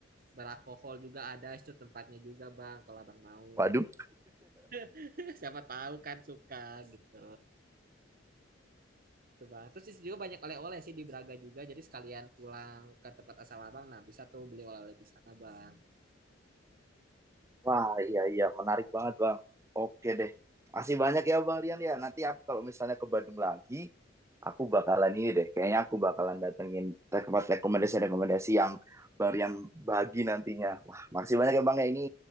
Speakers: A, on the right (about 50°); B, on the right (about 15°).
A: beralkohol juga ada itu tempatnya juga bang kalau abang mau
B: Waduh.
A: <laughs> siapa tahu kan suka gitu Tuh, bang terus di situ juga banyak oleh-oleh sih di Braga juga jadi sekalian pulang ke tempat asal abang nah bisa tuh beli oleh-oleh di sana bang
B: Wah, iya iya, menarik banget Bang. Oke deh. Masih banyak ya Bang Rian ya. Nanti aku kalau misalnya ke Bandung lagi, aku bakalan ini deh kayaknya aku bakalan datengin tempat rekomendasi-rekomendasi yang baru yang bagi nantinya wah makasih banyak ya bang ya ini